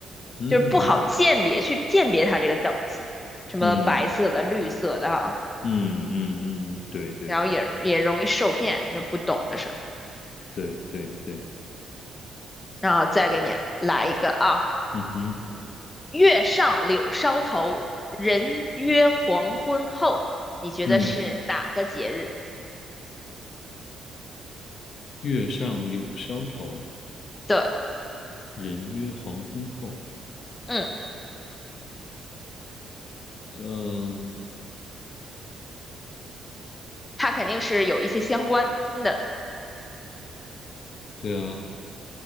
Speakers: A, on the left (about 60°); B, on the left (about 20°).
A: 嗯
B: 就是不好鉴别，去鉴别它这个等级，什么白色的、
A: 嗯
B: 绿色的啊，
A: 嗯嗯嗯，对对对
B: 然后也也容易受骗，就不懂的事。候，
A: 对对对，
B: 然后再给你来一个啊，
A: 嗯哼
B: 月上柳梢头，人约黄昏后，你觉得是哪个节日？
A: 嗯，月上柳梢头，
B: 对，
A: 人约黄昏后。
B: 嗯，
A: 嗯、
B: 它肯定是有一些相关的，
A: 对啊，